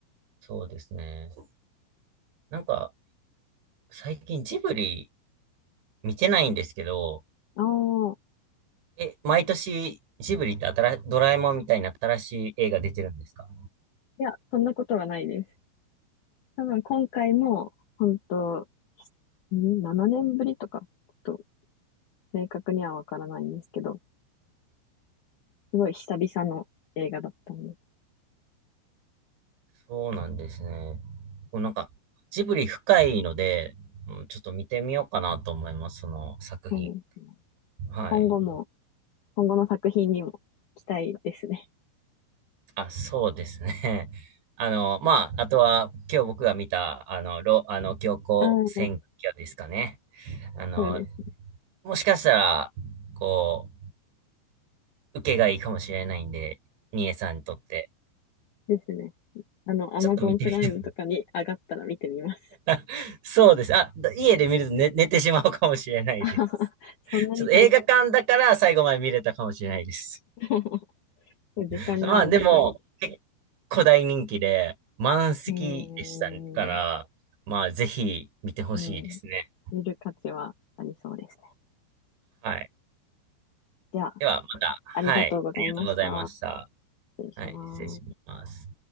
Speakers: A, on the right (about 65°); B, on the left (about 65°).
A: そうですね。なんか最近ジブリ見てないんですけど、
B: ああ、
A: え、毎年ジブリって新、ドラえもんみたいな新しい映画出てるんですか
B: いや、そんなことはないです。多分今回も、本当ん7年ぶりとか、ちょっと明確にはわからないんですけど、すごい久々の映画だったんで、
A: そうなんですね。もうなんか、ジブリ深いので、うんちょっと見てみようかなと思います、その作品。
B: うん、
A: はい。
B: 今後も、今後の作品にも期待ですね。
A: あ、そうですね。<laughs> あの、まあ、あとは、今日僕が見た、あの、ロ、あの、教皇選挙ですかね。
B: ああ、
A: あの、
B: そうですね。
A: もしかしたら、こう、受けがいいかもしれないんで、ニエさんにとって。
B: ですね。あの、アマゾンプライムとかに上がったら見てみます。
A: ちょっと見てみて。<laughs> そうです。あ、だ家で見ると寝、寝てしまうかもしれないです。
B: <laughs> あははそんなに退屈。
A: <laughs> ちょっと映画館だから最後まで見れたかもしれないです。
B: <laughs> 時間があるときに、
A: <laughs> まあ、でも、結構大人気で、満席でしたから、
B: えー、
A: まあ、ぜひ見てほしいですね。
B: うん、見る価値はありそうですね。
A: はい。
B: では、
A: では、また、はい。
B: ありがとうございました。
A: ありがとうございました。
B: 失礼します。
A: はい。失礼します。